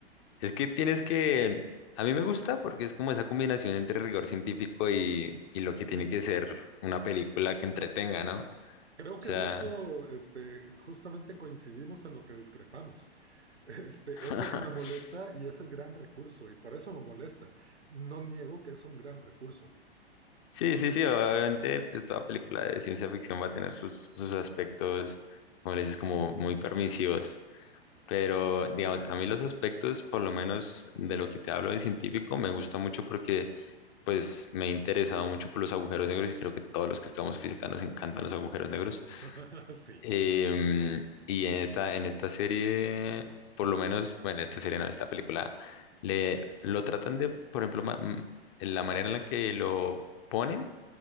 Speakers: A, on the left; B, on the right.
A: es que tienes que, a mí me gusta porque es como esa combinación entre rigor científico y, y lo que tiene que ser una película que entretenga, ¿no? O
B: Creo
A: sea,
B: que en eso, este, justamente coincidimos en lo que discrepamos. <laughs> Este,
A: <laughs>
B: es lo que me molesta y es el gran recurso, y por eso me molesta. No niego que es un gran recurso.
A: Sí, sí, sí, obviamente, pues toda película de ciencia ficción va a tener sus, sus aspectos, como le dices, como muy permisivos. Pero, digamos, a mí los aspectos, por lo menos de lo que te hablo de científico, me gusta mucho porque, pues, me he interesado mucho por los agujeros negros y creo que todos los que estamos física nos encantan los agujeros negros.
B: <laughs> Sí.
A: Em, y en esta, en esta serie, por lo menos, bueno, esta serie no, esta película, le, lo tratan de, por ejemplo, ma- m- la manera en la que lo ponen